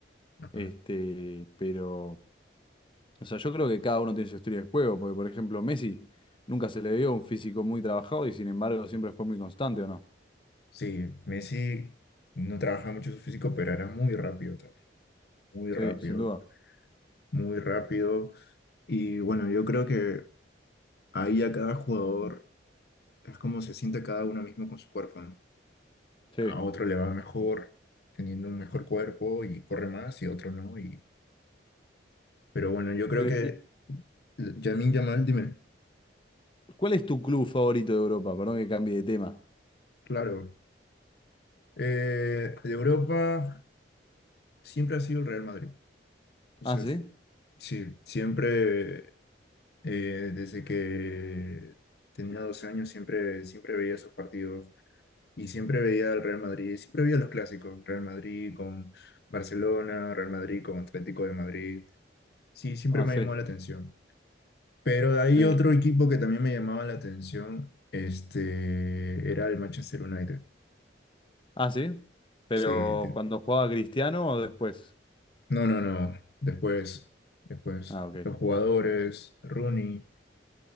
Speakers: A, on the left; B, on the left.
A: Ajá.
B: Este, pero, o sea, yo creo que cada uno tiene su estilo de juego, porque por ejemplo Messi nunca se le vio un físico muy trabajado y sin embargo siempre fue muy constante, ¿o no?
A: Sí, Messi no trabajaba mucho su físico, pero era muy rápido también, muy
B: Sí,
A: rápido,
B: sin duda.
A: muy rápido. Y bueno, yo creo que ahí a cada jugador es como se siente cada uno mismo con su cuerpo, ¿no?
B: Sí.
A: a otro le va mejor teniendo un mejor cuerpo y corre más y otro no. Y, pero bueno, yo creo
B: Sí,
A: que
B: ¿Y
A: Lamine Yamal, dime,
B: cuál es tu club favorito de Europa? Perdón que cambie de tema.
A: claro, eh, de Europa siempre ha sido el Real Madrid. O
B: Ah,
A: sea,
B: sí.
A: sí, siempre, eh, desde que tenía 12 años, siempre, siempre veía esos partidos. Y siempre veía al Real Madrid, siempre veía los clásicos, Real Madrid con Barcelona, Real Madrid con Atlético de Madrid. Sí, siempre
B: Ah,
A: me
B: sí.
A: ha llamado la atención. Pero de ahí
B: Sí.
A: otro equipo que también me llamaba la atención, este, era el Manchester United.
B: Ah, sí. Pero
A: Sí, te-
B: cuando jugaba Cristiano o después.
A: no, no, no, después, después,
B: Ah, ok.
A: los jugadores, Rooney,